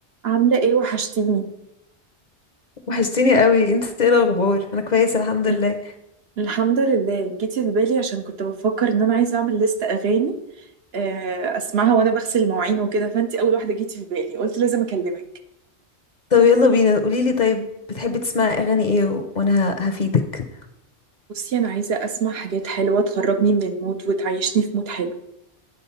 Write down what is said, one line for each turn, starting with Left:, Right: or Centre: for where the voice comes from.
Right: عاملة ايه وحشتيني
Left: وحشتيني قوي انت ايه الاخبار انا كويس الحمد
Right: ال-
Left: لله
Right: الحمد لله جيتي في بالي عشان كنت بفكر ان انا عايزة اعمل لست اغاني آه، اسمعها وانا بغسل المواعين وكده فانتي اول واحدة جيتي في بالي قلت لازم اكلمك
Left: طب يلا بينا قوليلي طيب بتحبي تسمعي اغاني ايه و... وانا ه... هفيدك
Right: بصي انا عايزة اسمع حاجات حلوة تخرجني من المود وتعيشني في مود حلو